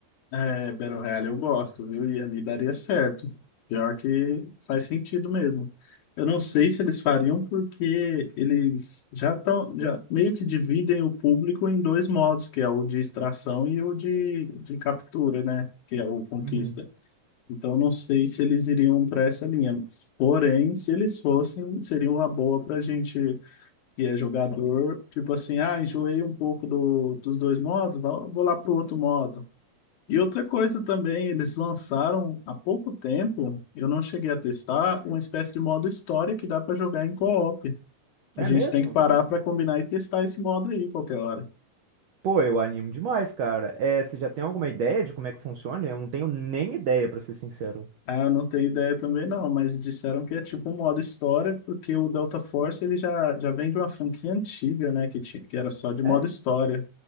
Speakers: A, on the left (about 70°); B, on the right (about 75°).
A: É, Battle Royale eu gosto, viu? E ali daria certo. Pior que faz sentido mesmo. Eu não sei se eles fariam porque eles já estão, já meio que dividem o público em dois modos, que é o de extração e o de, de captura, né? Que é o conquista.
B: Uhum.
A: Então não sei se eles iriam para essa linha. Porém, se eles fossem, seria uma boa para gente que é jogador, tipo assim, ah, enjoei um pouco do, dos dois modos, vou vou lá pro outro modo. E outra coisa também, eles lançaram há pouco tempo, eu não cheguei a testar, uma espécie de modo história que dá para jogar em co-op. A
B: É
A: gente
B: mesmo?
A: tem que parar para combinar e testar esse modo aí qualquer hora.
B: Pô, eu animo demais, cara. É, você já tem alguma ideia de como é que funciona? Eu não tenho nem ideia, pra ser sincero.
A: Ah, eu não tenho ideia também não, mas disseram que é tipo um modo história, porque o Delta Force ele já, já vem de uma franquia antiga, né, que, ti- que era só de modo
B: É?
A: história.